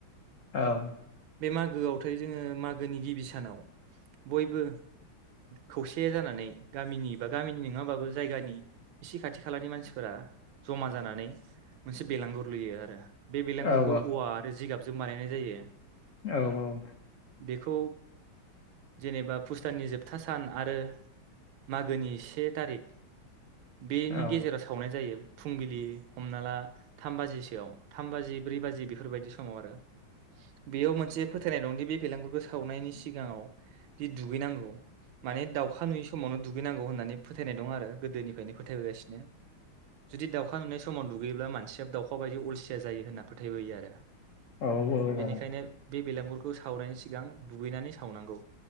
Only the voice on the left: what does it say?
औ
औ
औ औ
नुनो
औ औ <unintelligible>